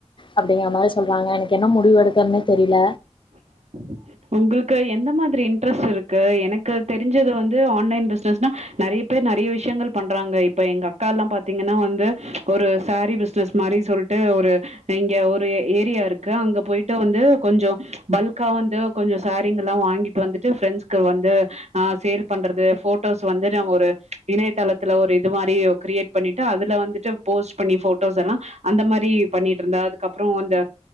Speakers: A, on the left; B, on the right.
A: அப்டிங்கற மாரி சொல்றாங்க எனக்கு என்ன முடிவெடுக்கறதுனே தெரில
B: <inaudible> உங்களுக்கு என்ன மாதிரி இன்ட்ரஸ்ட் இருக்கு எனக்கு தெரிஞ்சது வந்து ஆன்லைன் பிஸ்னஸ்னா நெறையப் பேர் நெறைய விஷயங்கள் பண்றாங்க இப்ப எங்க அக்காலாம் பாத்தீங்கன்னா வந்து ஒரு சேரி பிசினஸ் மாரி சொல்ட் டு ஒரு இங்க ஒரு ஏரியா இருக்கு அங்க போயிட்டு வந்து கொஞ்சோ பல்க்கா வந்து கொஞ்சோ சேரீங்கல்லா வாங்கிட்டு வந்துட்டு ஃப்ரெண்ட்ஸ் க்கு வந்து ஆ சேல் பண்றது போட்டோஸ் வந்து நம்ம ஒரு‌ இணையதளத்துல ஒரு இது மாரி கிரியேட் பண்ணிட்டு அதுல வந்துட்டு போஸ்ட் பண்ணி போட்டோஸ் எல்லா அந்த மாரி பண்ணிட்டு இருந்தா அதுக்கப்றோ அந்த